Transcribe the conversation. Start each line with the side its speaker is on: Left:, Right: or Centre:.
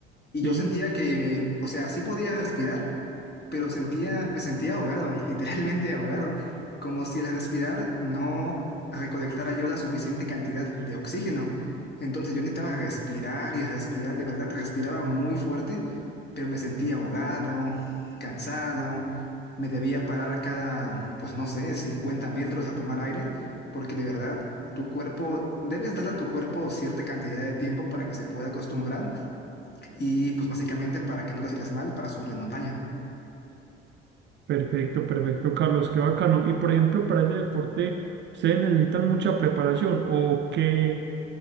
Left: y yo
Right: Sí.
Left: sentía que, o sea, sí podía respirar, pero sentía, me sentía ahogado, <laughs> literalmente ahogado, como si al respirar no recolectara yo la suficiente cantidad de oxígeno. Entonces yo necesitaba respirar y respirar, de verdad respiraba muy fuerte, pero me sentía ahogado, cansado, me debía parar cada, pues no sé, 50 metros a tomar aire, porque de verdad tu cuerpo, debes darle a tu cuerpo cierta cantidad de tiempo para que se pueda acostumbrar y pues básicamente para que no te sientas mal para subir la montaña.
Right: Perfecto, perfecto, Carlos, qué bacano. Y por ejemplo, para ese deporte, ¿ustedes necesitan mucha preparación o qué?